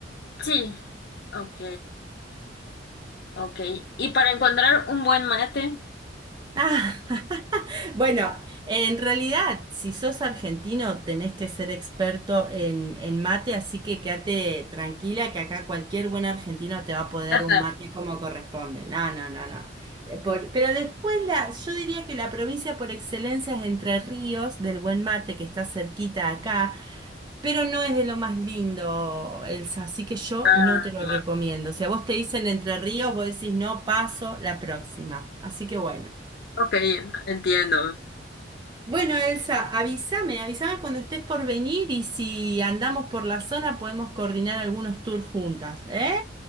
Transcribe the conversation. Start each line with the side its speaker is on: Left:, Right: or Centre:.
Left: Sí, ok. Ok. Y para encontrar un buen mate.
Right: <laughs> Bueno, en realidad, si sos argentino, tenés que ser experto en, en mate, así que quédate tranquila que acá cualquier buen argentino te va a poder
Left: Ajá.
Right: un mate como corresponde. No, no, no, no. Eh, por- pero después la, yo diría que la provincia por excelencia es Entre Ríos, del buen mate que está cerquita acá, pero no es de lo más lindo, Elsa, así que yo
Left: Ah,
Right: no te lo recomiendo. Si a vos te dicen Entre Ríos, vos decís no, paso la próxima. Así que bueno.
Left: ok, entiendo.
Right: Bueno, Elsa, avísame, avísame cuando estés por venir y si andamos por la zona podemos coordinar algunos tours juntas, ¿eh?